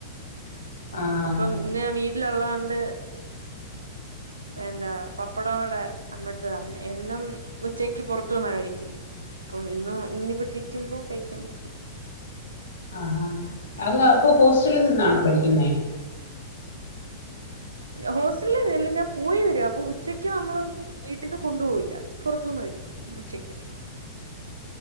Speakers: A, on the left; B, on the right.
A: ആഹ്
B: അപ്പം ഇന്ന് വീട്ടിലോള്ളോണ്ട് എന്താ പപ്പടം അവടെ അമ്മടുത്ത് പറഞ്ഞു എന്നും ഉച്ചക്ക് പൊറത്തുന്നാ കഴിക്കുന്നെ അപ്പം ഇന്ന് ഇന്നിവിടിരിക്കുമ്പോ കഴിക്കണം -
A: ആഹാ അല്ല അപ്പൊ ഹോസ്റ്റലിൽ നിന്നാണോ പഠിക്കുന്നേ?
B: ഹോസ്റ്റലിലല്ല ഞാൻ പോയി വരിക അപ്പൊ ഉച്ചക്ക് നമ്മള് വീട്ടീന്ന് കൊണ്ടുപോകില്ല പൊറത്തുന്ന്- കഴിക്കും ഉച്ചക്ക്-